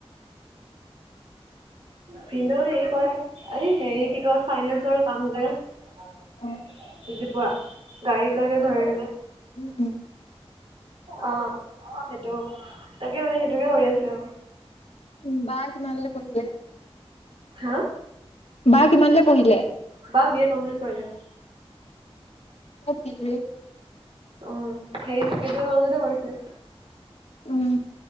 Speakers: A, on the right; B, on the left.
A: ভিনদেউ হেৰি কৰে, এই হেৰি কি কয়? ফাইনেন্সৰ কাম যে। বুজি
B: অ
A: পোৱা, গাড়ী বিলাগ যে ধৰে যে।
B: উম, উম।
A: অ', সেইটো, তাকে মানে সেইটোকে কৰি আছো।
B: উম বা কিমানলে পঢ়িলে।
A: হা
B: বা কিমানলে পঢ়িলে
A: বা বি এ কম্প্লেত কৰিলে।
B: হাপিকে।
A: উ হেৰি <inaudible> কলেজতে কৰিছে।
B: উম